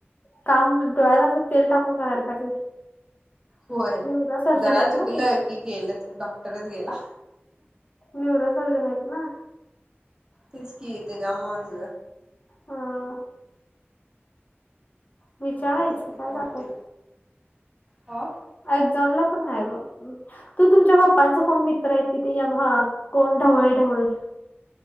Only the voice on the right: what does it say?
होय
जरा
चुकलं
की गेलंच डॉक्टरच गेला,
तेच कि तेझ्यामुळंच
बघायचं आता
होतंय. हा.